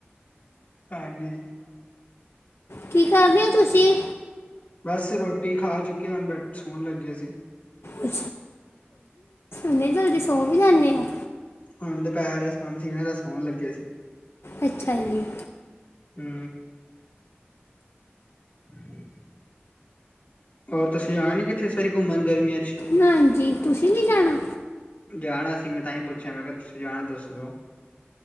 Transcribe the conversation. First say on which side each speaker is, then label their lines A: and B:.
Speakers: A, on the left; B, on the left.
A: ਹਾਂਜੀ,
B: ਕੀ ਕਰਦੇ ਹੋ ਤੁਸੀਂ?
A: ਬਸ ਰੋਟੀ ਖਾ ਚੁੱਕੇ ਹੁਣ ਬ ਸੋਹਣ ਲੱਗੇਿਆ ਸੀ।
B: ਹਾਏ ਇੰਨੀ ਜਲਦੀ ਸੋ ਵੀ ਜਾਂਦੇ ਹੋ।
A: ਹੁਣ ਦੁਪਹਿਰ ਦੇ ਸ ਸੀ ਦਾ ਸੌਣ ਲੱਗਿਆ ਸੀ।
B: ਅੱਛਾ ਜੀ,
A: ਹੂੰ, ਹੂੰ, ਔਰ ਤੁਸੀਂ ਜਾਣ ਕਿੱਥੇ ਸਾਰੀ ਘੁੰਮਣ ਗਰਮੀਆਂ ਚ।
B: ਨਾ ਜੀ ਤੁਸੀਂ ਨੀ ਜਾਣਾ।
A: ਜਾਣਾ ਸੀ ਮੈਂ ਤਾਂ ਹੀ ਪੁੱਛਿਆ ਮੈਂ ਕਿਹਾ ਤੁਸੀਂ ਜਾਣਾ ਦੱਸ ਦਿੰਦੇ